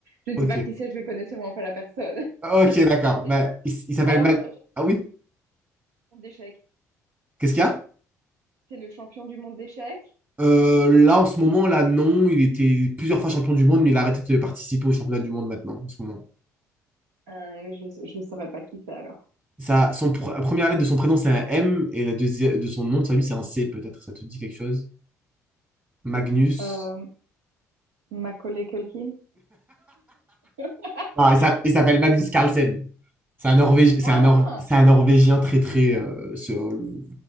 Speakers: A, on the right; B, on the right.
A: Je ne
B: Ok.
A: sais pas qui c'est, je ne connais sûrement pas la personne. <laughs>
B: Ok, d'accord. Bah,
A: C'est-
B: il s- il s'appelle
A: Alors,
B: Mag...
A: euh, je-
B: Ah oui?
A: monde d'échecs.
B: Qu'est-ce qu'il y a?
A: C'est le champion du monde d'échecs.
B: Euh, là, en ce moment, là, non. Il était plusieurs fois champion du monde, mais il a arrêté de participer au championnat du monde maintenant, en ce moment.
A: Euh, mais je ne saurais pas qui c'est alors.
B: Ça, son pr- la première lettre de son prénom, c'est un M, et la deuxième de son nom, de sa vie, c'est un C, peut-être. Ça te dit quelque chose? Magnus.
A: Euh, Macaulay Culkin? <laughs>
B: Non, il s'a- il s'appelle Magnus Carlsen. C'est un, Norvég... c'est
A: Ah!
B: un, Nor- c'est un Norvégien très, très... euh, ce- euh, le-